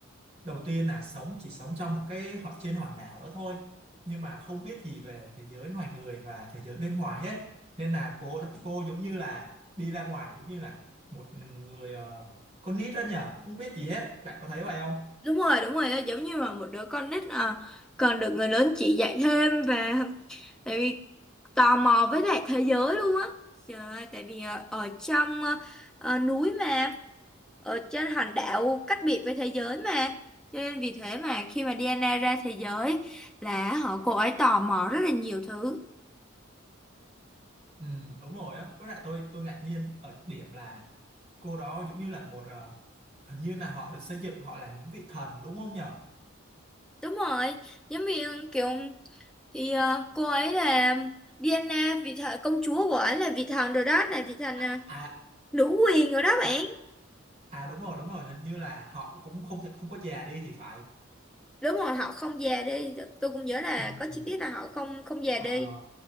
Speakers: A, on the right (about 30°); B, in the centre.
A: đầu tiên là sống chỉ sống trong một cái họ trên hòn đảo đó thôi, nhưng mà không biết gì về thế giới loài người và thế giới bên ngoài hết. Nên là cô cô giống như là đi ra ngoài giống như là một người ờ, con nít đó nhở, không biết gì hết. Bạn có thấy vậy không?
B: đúng rồi đúng rồi giống như mà một đứa con nít ờ, còn được người lớn chỉ dạy thêm và tại vì tò mò với lại thế giới luôn á trời ơi tại vì ờ, ở trong ờ, ờ, núi mà ở trên hòn đảo cách biệt với thế giới mà cho nên vì thế mà khi mà Diana ra thế giới là họ cô ấy tò mò rất là nhiều thứ
A: Ừ, đúng rồi á. Với lại tôi tôi ngạc nhiên ở điểm là cô đó giống như là một ờ, hình như là họ được xây dựng họ là những vị thần đúng không nhở?
B: đúng rồi giống như kiểu thì ờ, cô ấy là Diana vị thần công chúa của ấy là vị thần rồi đó là vị thần
A: À,
B: ờ,
A: à,
B: nữ quyền rồi đó
A: à,
B: bạn
A: à đúng rồi đúng rồi, hình như là họ cũng không thể không có già đi thì phải.
B: đúng rồi họ không già đi tôi cũng nhớ là
A: Ừm,
B: có chi tiết là họ không không già
A: ờ,
B: đi